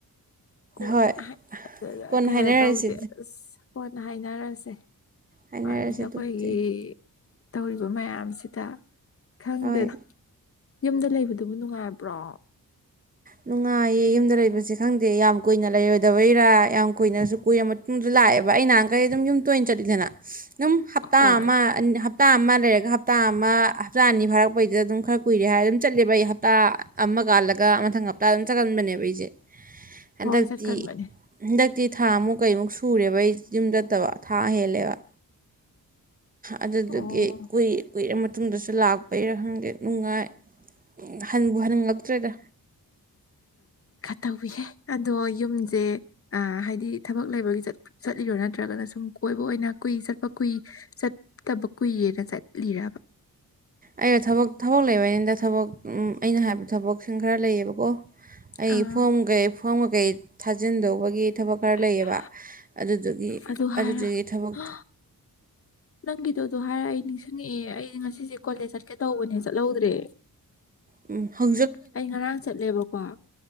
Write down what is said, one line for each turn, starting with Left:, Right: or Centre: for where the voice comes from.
Left: ꯀꯣꯟꯅ
Right: ꯍꯣꯏ
Left: ꯑꯗꯨꯗ
Right: ꯀꯣꯟꯅ
Left: ꯀꯩꯅꯣ
Right: ꯍꯥꯏꯅꯔꯁꯤ
Left: ꯇꯧꯗꯦ ꯑꯁ ꯀꯣꯟꯅ ꯍꯥꯏꯅꯔꯁꯦ
Right: ꯍꯥꯏꯅꯔꯁꯤ
Left: ꯐꯔꯦꯁꯦ ꯑꯩꯈꯣꯏꯒꯤ
Right: ꯑꯗꯨꯕꯨꯗꯤ
Left: ꯇꯧꯔꯤꯕ ꯃꯌꯥꯝꯁꯤꯗ ꯈꯪꯗꯦꯗ
Right: ꯍꯣꯏ
Left: ꯌꯨꯝꯗ ꯂꯩꯕꯗꯨꯕꯨ ꯅꯨꯡꯉꯥꯏꯕ꯭ꯔꯣ
Right: ꯅꯨꯡꯉꯥꯏꯌꯦ ꯌꯨꯝꯗ ꯂꯩꯕꯁꯦ ꯈꯪꯗꯦ ꯌꯥꯝ ꯀꯨꯏꯅ ꯂꯩꯔꯨꯗꯕꯩꯔꯥ ꯌꯥꯝ ꯀꯨꯏꯅꯁꯨ ꯀꯨꯏꯔꯕ ꯃꯇꯨꯡꯗ ꯂꯥꯛꯑꯦꯕ ꯑꯩ ꯅꯍꯥꯟꯈꯩ ꯑꯗꯨꯝ ꯌꯨꯝ ꯇꯣꯏꯅ ꯆꯠꯂꯤꯗꯅ ꯑꯗꯨꯝ ꯍꯞꯇꯥ
Left: ꯍꯣꯏ
Right: ꯑꯃ ꯍꯞꯇꯥ ꯑꯃ ꯂꯩꯔꯒ ꯍꯞꯇꯥ ꯑꯃ ꯍꯞꯇꯥ ꯑꯅꯤ ꯐꯥꯔꯛꯄꯩꯗ ꯑꯗꯨꯝ ꯈꯔ ꯀꯨꯏꯔꯦ ꯍꯥꯏꯔ ꯑꯗꯨꯝ ꯆꯠꯂꯦꯕ ꯑꯩ ꯍꯞꯇꯥ ꯑꯃ ꯀꯥꯜ ꯂꯒ ꯃꯊꯪ ꯍꯞꯇꯥ ꯑꯗꯨꯝ ꯆꯠꯍꯟꯕꯅꯦꯕ ꯑꯩꯁꯦ ꯍꯟꯗꯛꯇꯤ
Left: ꯍꯣꯏ ꯆꯠꯀꯟꯕꯅꯦ
Right: ꯍꯟ ꯍꯟꯗꯛꯇꯤ ꯊꯥꯃꯨꯛ ꯀꯩꯃꯨꯛ ꯁꯨꯔꯦꯕ ꯑꯩ ꯌꯨꯝ ꯆꯠꯇꯕ ꯊꯥ ꯍꯦꯜꯂꯦꯕ ꯑꯗꯨꯗꯨꯒꯤ
Left: ꯑꯣ
Right: ꯀꯨꯏꯔ ꯃꯇꯨꯡꯗꯁꯨ ꯂꯥꯛꯄꯩꯔꯥ ꯈꯪꯗꯦ ꯅꯨꯡꯉꯥꯏ ꯎ ꯍꯟꯕꯨ ꯍꯟꯅꯤꯡꯂꯛꯇ꯭ꯔꯦꯗ
Left: ꯇꯧꯋꯤ ꯍꯦ ꯑꯗꯣ ꯌꯨꯝꯁꯦ ꯑꯥ ꯍꯥꯏꯗꯤ ꯊꯕꯛ ꯂꯩꯕꯒꯤ ꯆꯠꯂꯤꯔꯣ ꯅꯠꯇ꯭ꯔꯒꯅ ꯁꯨꯝ ꯀꯣꯏꯕ ꯑꯣꯏꯅ ꯀꯨꯏ ꯆꯠꯄ ꯀꯨꯏ ꯆꯠꯇꯕ ꯀꯨꯏꯌꯦꯅ ꯆꯠꯂꯤꯔꯕ
Right: ꯑꯩ ꯊꯕꯛ ꯊꯕꯛ ꯂꯩꯕꯩꯅꯤꯗ ꯊꯕꯛ ꯑꯩꯅ ꯍꯥꯏꯕ ꯊꯕꯛꯁꯤꯡ ꯈꯔ ꯂꯩꯌꯦꯕꯀꯣ ꯑꯩ
Left: ꯑꯥ
Right: ꯐꯣꯝꯒꯩ ꯐꯣꯝ ꯀꯀꯩ ꯊꯥꯖꯤꯟꯗꯧꯕꯒꯤ ꯊꯕꯛ ꯈꯔ
Left: ꯑꯌꯥ
Right: ꯂꯩꯌꯦꯕ ꯑꯗꯨꯗꯨꯒꯤ
Left: ꯑꯗꯨ ꯍꯥꯏꯔ
Right: ꯑꯗꯨꯗꯨꯒꯤ ꯊꯕꯛ
Left: ꯍ, ꯅꯪꯒꯤꯗꯣ ꯑꯗꯨ ꯍꯥꯏꯔ ꯑꯩ ꯅꯤꯡꯁꯤꯡꯉꯛꯑꯦ ꯑꯩ ꯉꯁꯤꯁꯦ ꯀꯣꯂꯦꯖ ꯆꯠꯀꯦ ꯇꯧꯕꯅꯦ ꯆꯠꯍꯧꯗ꯭ꯔꯦ
Right: ꯎꯝ ꯍ
Left: ꯑꯩ ꯉꯔꯥꯡ ꯆꯠꯂꯦꯕꯀꯣ